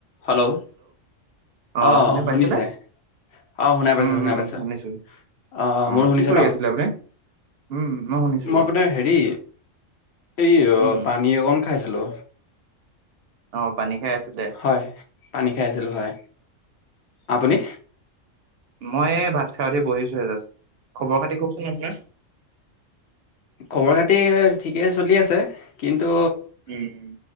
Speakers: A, on the left; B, on the right.
A: Hello
B: অ
A: আহ
B: শুনি পাইছেনে?
A: শুনিছে? অ শুনাই পাইছো
B: উম
A: শুনাই
B: উম
A: পাইছো
B: শুনিছো
A: আহ
B: অ
A: মোৰো শুনিছে
B: কি কৰি
A: নহ?
B: আছিলে আপুনি? উম শুনিছো
A: মই
B: বাৰু
A: আপোনাৰ হেৰি এই অ
B: উম
A: পানী অকন খাইছিলো।
B: অ, পানী খাই আছে
A: হয়, পানী খাই আছিলো হয় আপুনি
B: মই ভাত খাই উঠি বহিছো হে জাষ্ট। খবৰ খাতি কওকচোন আপোনাৰ।
A: খবৰ খাতি ঠিকেই চলি আছে। কিন্তু,
B: উম